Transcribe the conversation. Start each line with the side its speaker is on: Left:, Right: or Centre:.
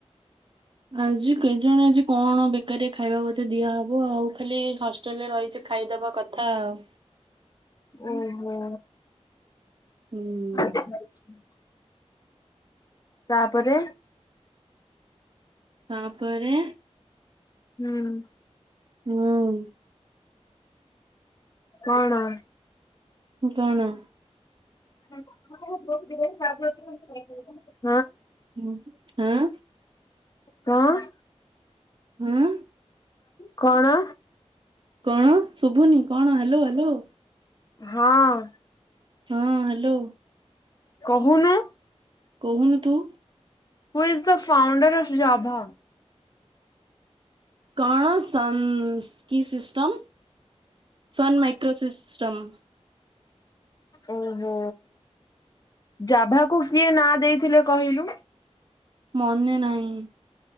Right: ଆଜି ଜଣେ ଆଜି କଣ ବେକାରୀ ଖାଇବା ବୋେ ଦିଆହବ ଆଉ ଖାଲି ହଷ୍ଟେଲରେ ରହିଛି ଖାଇଦବା କଥା ଆଉ।
Left: ଓହୋ
Right: ହୁଁ
Left: ଆଚ୍ଛା ଆଚ୍ଛା ତାପରେ
Right: ତାପରେ
Left: ହୁଁ
Right: ହୁଁ
Left: କଣ?
Right: ଉ କଣ?
Left: <inaudible>
Right: ହ ହଁ
Left: କ ଅ
Right: ହଁ
Left: କଣ
Right: କଣ ଶୁଭୁନି କଣ ହ୍ୟାଲୋ ହ୍ୟାଲୋ।
Left: ହଁ
Right: ହଁ ହ୍ୟାଲୋ
Left: କହୁନୁ।
Right: କହୁନୁ ତୁ
Left: who is the founder of Java?
Right: କଣ ସଂ ସ୍ କି ସିଷ୍ଟମ୍ ସନ୍ ମାଇକ୍ରୋସିିଷ୍ଟ। ଷ୍ଟମ୍,
Left: ଓହୋ ଜାଭା କୁ କିଏ ନାଁ ଦେଇଥିଲେ କହିଲୁ?
Right: ମନେ ନାହିଁ।